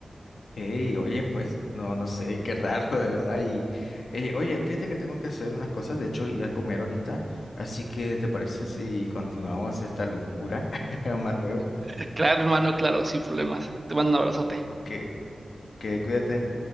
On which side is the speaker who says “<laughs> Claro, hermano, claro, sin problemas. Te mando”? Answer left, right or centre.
Right